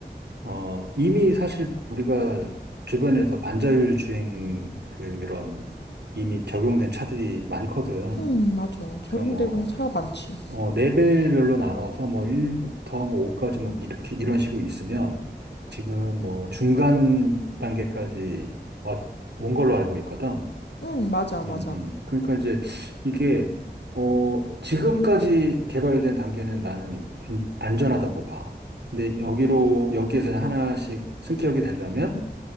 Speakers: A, on the right; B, on the left.
A: 어, 이미 사실 우리가 주변에서 반자율 주행 그런 이미 적용된 차들이 많거든.
B: 응 맞아. 적용되고는
A: 그러니까 뭐,
B: 차 많지.
A: 어, 레벨별로 나눠서 뭐 1부터 뭐 5까지 뭐 이렇게 이런 식으로 있으면 지금 뭐 중간 단계까지 왔- 온 걸로 알고 있거든.
B: 응 맞아,
A: 음,
B: 맞아.
A: 음. 그러니까 이제 이게 어, 지금까지 개발된 단계는 나는 안- 안전하다고 봐. 근데 여기로 여기에서 하나씩 승격이 되려면